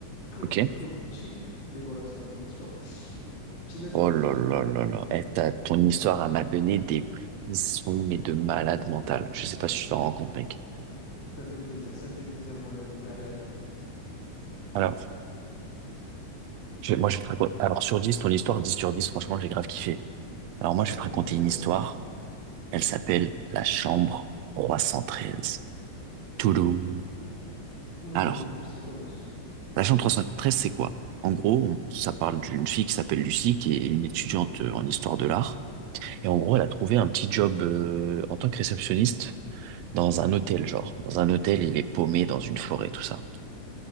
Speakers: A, on the left; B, on the right.
A: poum,
B: Ok.
A: poum, chic. Et voilà, c'est la fin de l'histoire. Petite note sur
B: Oh
A: dix,
B: là là là là. Eh, t'as- ton histoire elle m'a donné des frissons, mais de malade mental. Je sais pas si tu t'en rends compte, mec.
A: Ça fait plaisir, ça fait plaisir, mon ami. Allez, à toi.
B: Alors, je- moi, je vais te raconter. Alors, sur 10, ton histoire, 10 sur 10. franchement, j'ai grave kiffé. Alors,
A: Ça
B: moi, je
A: fait
B: vais
A: plaisir,
B: te raconter une
A: mon
B: histoire.
A: ami.
B: Elle s'appelle La Chambre 313. Touloum.
A: Ouh,
B: Alors,
A: ça commence.
B: La chambre trois cent cinquante-treize, c'est quoi? En gros, on- ça parle d'une fille qui s'appelle Lucie, qui est une étudiante euh, en histoire de l'art. Et en gros, elle a trouvé un petit job euh, en tant que réceptionniste dans un hôtel, genre. Dans un hôtel, il est paumé dans une forêt, tout ça.